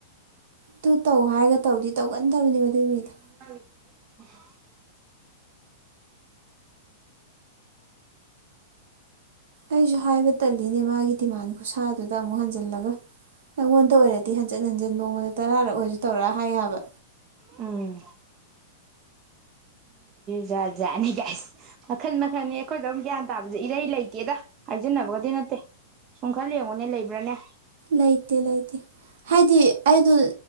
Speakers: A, on the right; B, on the right.
A: ꯇꯨ ꯇꯧ ꯍꯥꯏꯔꯒ ꯇꯧꯗꯤ ꯇꯧꯒꯟꯗꯕꯅꯦꯕ ꯑꯗꯨꯒꯤ ꯃꯤꯗꯣ
B: ꯍ
A: ꯑꯩꯁꯨ ꯍꯥꯏꯕ ꯇꯂꯤꯅꯦ ꯃꯥꯒꯤ ꯗꯤꯃꯥꯟ ꯈꯨꯁꯥꯗꯨꯗ ꯑꯃꯨꯛ ꯍꯟꯖꯤꯜꯂꯒ ꯅꯪꯉꯣꯟꯗ ꯑꯣꯏꯔꯗꯤ ꯍꯟꯖꯤꯟ ꯍꯟꯖꯤꯟ ꯅꯣꯡꯃꯗ ꯇꯔꯥꯔꯛ ꯑꯣꯏꯔꯁꯨ ꯇꯧꯔꯛ ꯍꯥꯏꯌꯦꯕ
B: ꯎꯝ ꯖꯖꯅꯤ ꯀꯁ ꯃꯈꯟ ꯃꯈꯟ ꯑꯩꯈꯣꯏꯗ ꯑꯃꯛ ꯒ꯭ꯌꯥꯟ ꯇꯥꯕꯁꯦ ꯏꯔꯩ ꯂꯩꯇꯦꯗ ꯍꯥꯏꯖꯤꯟꯅꯕꯒꯗꯤ ꯅꯠꯇꯦ ꯁꯨꯝ ꯈꯔ ꯌꯦꯡꯉꯨꯅꯦ ꯂꯩꯕ꯭ꯔꯅꯦ
A: ꯂꯩꯇꯦ ꯂꯩꯇꯦ ꯍꯥꯏꯗꯤ ꯑꯩꯗꯣ